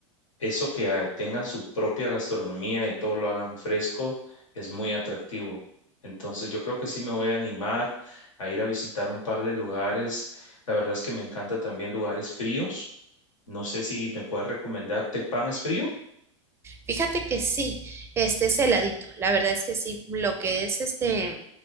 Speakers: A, on the left; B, on the right.
A: Eso que ah, tengan su propia gastronomía y todo lo hagan fresco es muy atractivo. Entonces yo creo que sí me voy a animar a ir a visitar un par de lugares. La verdad es que me encanta también lugares fríos. No sé si me puedes recomendar Tepán es frío.
B: Fíjate que sí, este es heladito. La verdad es que sí, lo que es este